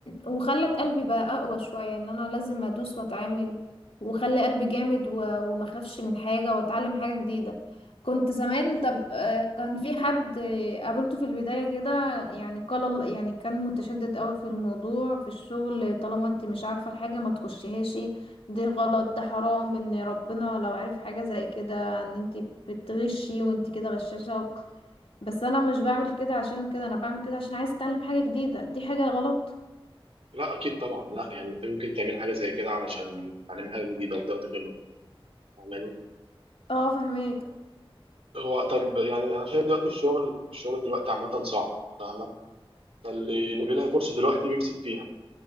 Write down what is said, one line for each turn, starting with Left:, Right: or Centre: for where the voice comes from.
Left: <clears throat> وخلت قلبي بقى أقوى شوية إن أنا لازم أدوس وأتعامل وخلي قلبي جامد و- وما أخافش من حاجة وأتعلم حاجة جديدة كنت زمان طب
Right: مم.
Left: آه، كان في حد آه، قابلته في البداية كده يعني قال يعني كان متشدد قوي في الموضوع في الشغل طالما انت مش عارفة الحاجة ما تخشيهاش دي غلط ده حرام ان ربنا لو عارف حاجة زي كده ان انت بتغشي وانت كده غشاشة بس انا مش بعمل كده عشان كده انا بعمل كده عشان عايزه اتعلم حاجه جديده دي حاجه غلط
Right: لا اكيد طبعا لا يعني انت ممكن تعمل حاجة زي كده علشان تتعلمي حاجة جديدة وتاخدي خبرة فاهماني
Left: اه فهميك
Right: هو طب يعني انا شايف دلوقتي الشغل الشغل دلوقتي عامة صعب فاهمة فاللي اللي بيلاقي فرصه دلوقتي بيمسك فيها